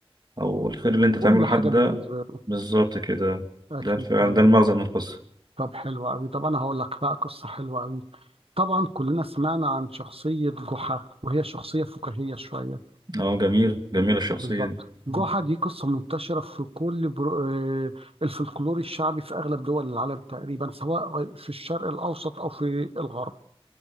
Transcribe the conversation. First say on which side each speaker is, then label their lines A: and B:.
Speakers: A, on the right; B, on the right.
A: او الخير اللي انت تعمله
B: كل
A: لحد
B: حاجه بالنسبه
A: ده
B: له
A: بالظبط كده
B: اكيد
A: ده الفعل
B: تمام
A: ده المغزى من القصه
B: طب حلو قوي طب انا هقول لك بقى قصه حلوه قوي طبعا كلنا سمعنا عن شخصيه جحا وهي شخصيه فكاهيه شويه
A: اه جميل جميل الشخصيه
B: بالظبط
A: دي مم.
B: جحا دي قصة منتشرة في كل برو... آه، الفلكلور الشعبي في أغلب دول العالم تقريبا سواء في الشرق الأوسط أو في الغرب